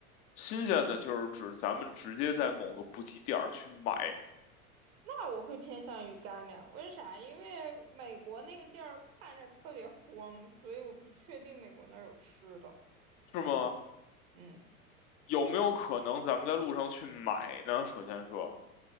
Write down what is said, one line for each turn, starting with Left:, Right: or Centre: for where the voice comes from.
Left: 新鲜的就是指咱们直接在某个补给点儿去买，
Right: 那我会偏向于干粮，为啥？因为美国那个地儿看着特别荒，所以我不确定美国那儿有吃的。
Left: 是吗？
Right: 嗯，
Left: 有没有可能咱们在路上去买呢？首先说，